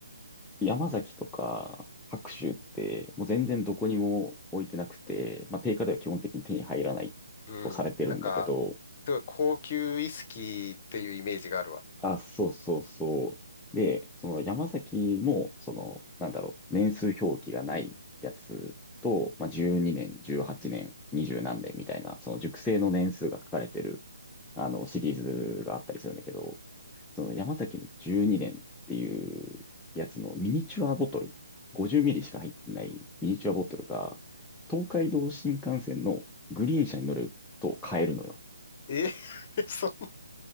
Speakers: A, in the centre; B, on the left (about 35°).
A: 山崎とか白州ってもう全然どこにも置いてなくて、まあ、定価では基本的に手に入らないとされてるんだけど、
B: うん。なんか、すごい高級ウイスキーっていうイメージがあるわ。
A: あ、そうそうそう。で、その山崎も、その、なんだろう、年数表記がないやつと、まあ、12年、18年、20何年みたいな、その熟成の年数が書かれてる、あの、シリーズがあったりするんだけど、その山崎の12年っていうやつのミニチュアボトル、50ミリしか入ってないミニチュアボトルが、東海道新幹線のグリーン車に乗ると買えるのよ。
B: え <laughs> そんな